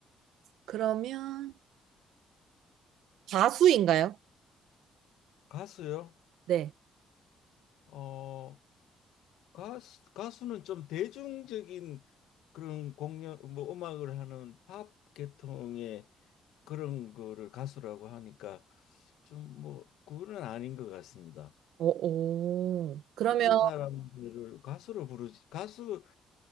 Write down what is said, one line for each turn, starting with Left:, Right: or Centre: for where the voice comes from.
Right: 그러면 가수인가요?
Left: 가수요?
Right: 네.
Left: 어 가수, 가수는 좀 대중적인 그런 공연, 뭐 음악을 하는 팝 계통의 그런 거를 가수라고 하니까 좀 뭐 그거는 아닌 것 같습니다.
Right: 오, 오. 그러면,
Left: 이런 그, 사람들을 가수로 부르지, 가수,